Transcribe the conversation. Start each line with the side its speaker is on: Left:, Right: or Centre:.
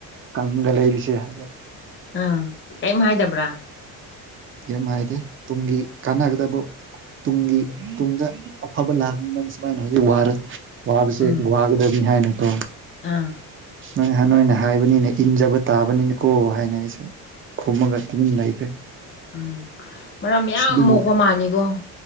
Right: ꯀꯡꯗ ꯂꯩꯔꯤꯁꯦ ꯍꯥꯏꯕ꯫
Left: ꯑꯥ ꯀꯔꯤꯝ ꯍꯥꯏꯗꯕ꯭ꯔꯥ꯫
Right: ꯀꯤꯝ ꯍꯥꯏꯗꯦ ꯇꯨꯡꯒꯤ ꯀꯥꯟꯅꯒꯗꯕ ꯇꯨꯡꯒꯤ ꯇꯨꯡꯗ ꯑꯐꯕ ꯂꯥꯛꯅꯤ ꯅꯪ ꯁꯨꯃꯥꯏꯅ ꯍꯧꯖꯤꯛ ꯋꯥꯔꯦ ꯋꯥꯁ
Left: ꯎꯝ
Right: ꯒꯗꯃꯤ ꯍꯥꯏ ꯅꯠꯇꯣ
Left: ꯑꯥ
Right: ꯅꯣꯏꯥꯟ ꯅꯣꯏꯅ ꯍꯥꯏꯕꯅꯤꯅ ꯏꯟꯖꯕ ꯇꯥꯕꯅꯤꯅꯀꯣ ꯍꯥꯏꯅ ꯑꯩꯁꯨ ꯈꯨꯝꯃꯒ ꯑꯗꯨꯝ ꯂꯩꯈ꯭ꯔꯦ
Left: ꯎꯝ ꯃꯔꯝ ꯌꯥꯝ
Right: ꯑꯁ ꯑꯗꯨꯕꯨ
Left: ꯃꯣꯛꯄ ꯃꯥꯅꯤꯀꯣ꯫